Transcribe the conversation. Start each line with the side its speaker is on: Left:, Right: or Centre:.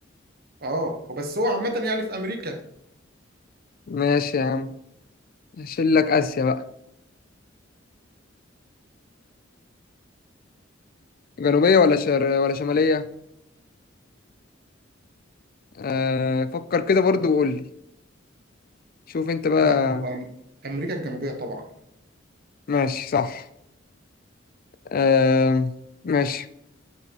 Right: اه وبس هو عامة يعني في أمريكا
Left: ماشي يا عم هشيل لك آسيا بقى جنوبية ولا شر... ولا شمالية آه... فكر كده برضو وقول لي شوف أنت بقى
Right: لا هو أم- أمريكا الجنوبية طبعا
Left: ماشي صح آه... ماشي